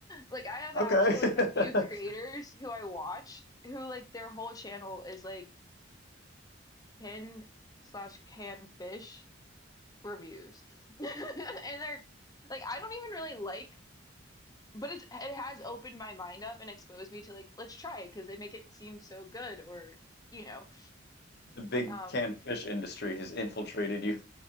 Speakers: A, on the left; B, on the left.
A: like I have
B: Okay.
A: actually
B: <laughs>
A: like a few creators who I watch who like their whole channel is like tin slash canned fish reviews <laughs> and they're like I don't even really like but it's it has opened my mind up and exposed me to like let's try it because they make it seem so good or you know
B: The big
A: um
B: canned fish industry has infiltrated you.